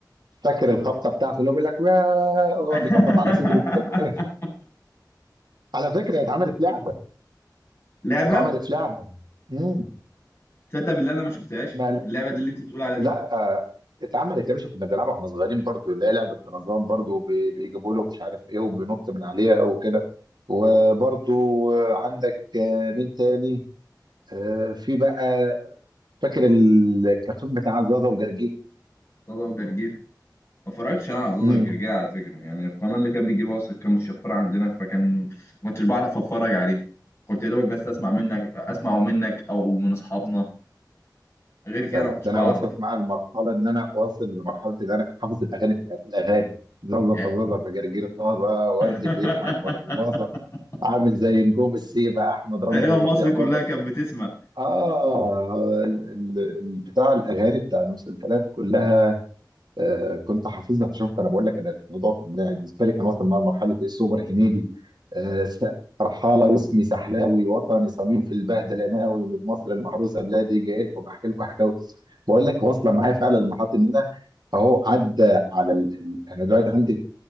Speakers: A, on the right (about 75°); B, on the left (about 35°).
A: فاكر الخبطه بتاعته اللي هو بيقول لك "واه!" ويقعد
B: <laughs>
A: يخبط على صدره كده <laughs> على فكره هي اتعملت لعبه
B: لعبة
A: اتعملت لعبه امم
B: تصدق بالله أنا ما شفتهاش
A: ما
B: اللعبة دي اللي أنت بتقول على دي
A: لا آه، اتعملت يا باشا كنا بنلعبها واحنا صغيرين برضو اللي هي لعبه طرزان برضو بي- بيجيبوا له مش عارف ايه وبينط من عليها وكده وبرضو آه، عندك آه، مين تاني آه، في بقى فاكر الكرتون بتاع زازا وجرجير
B: زازا وجرجير ما اتفرجتش أنا على زازا
A: امم
B: وجرجير على فكرة يعني القناة اللي كان بيجيبها أصلا كان متشفرة عندنا فكان ما كنتش بعرف أتفرج عليه كنت يا دوبك بس أسمع منك أسمعه منك أو من أصحابنا غير كده
A: لا
B: ما
A: لا
B: كنتش
A: ده
B: بعرف
A: انا وصلت معايا المرحله ان انا واصل لمرحله ان انا حافظ الاغاني بتاعت- الاغاني زازا
B: يعني
A: فزازا فجرجير طازه ورد
B: <laughs>
A: بيضحك برباظه عامل زي نجوم السيبه احمد رمزي
B: تقريبا
A: ورشدي
B: مصر كلها
A: اباظه
B: كانت بتسمع
A: اه ال- ال- ال- بتاع الاغاني بتاع المسلسلات كلها آه، كنت حافظها شفت انا بقول لك انا الموضوع كان بالنسبه لي كان واصل مع مرحله ايه سوبر هنيدي آه، س- رحاله واسمي سحلاوي وطني صميم في البهدله ناوي من مصر المحروسه بلادي جاي لكم بحكي لكم حكاوي بقول لك واصله معايا فعلا لمرحله ان انا اهو عدى على ال... ال- انا دلوقتي عندي